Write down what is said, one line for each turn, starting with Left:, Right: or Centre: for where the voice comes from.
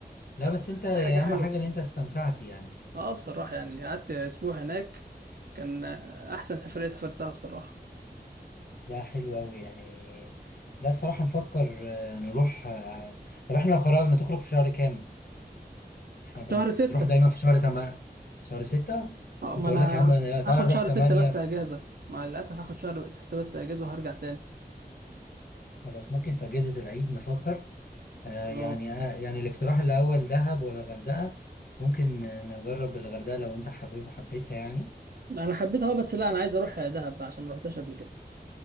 Left: لا
Right: أصل
Left: بس انت اهم
Right: دي حاجة حلوة
Left: حاجة ان انت استمتعت يعني
Right: اه بصراحة يعني قعدت اسبوع هناك كان احسن سفرية سافرتها بصراحة
Left: لا حلو قوي يعني لا الصراحة نفكر آه، نروح آه، طب احنا لو خرجنا تخرج في شهر كام؟ احنا بنروح
Right: شهر ستة
Left: دايما في شهر تم... شهر ستة
Right: اه
Left: كنت
Right: ما
Left: اقول
Right: انا
Left: لك يا عم تعالى
Right: هاخد
Left: نروح
Right: شهر
Left: تمانية
Right: ستة بس
Left: في...
Right: اجازة مع الاسف هاخد شهر ستة بس اجازة وهرجع تاني
Left: خلاص ممكن في اجازة العيد نفكر آه يعني
Right: اه
Left: آه يعني الاقتراح الاول دهب ولا غردقة ممكن آه، نجرب الغردقة لو انت حبيب حبيتها يعني
Right: انا حبيتها اه بس لا انا عايز اروح دهب عشان ما رحتهاش قبل كده